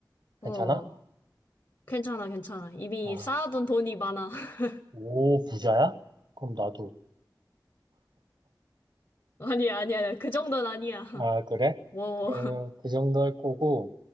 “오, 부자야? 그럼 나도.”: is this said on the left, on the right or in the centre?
Right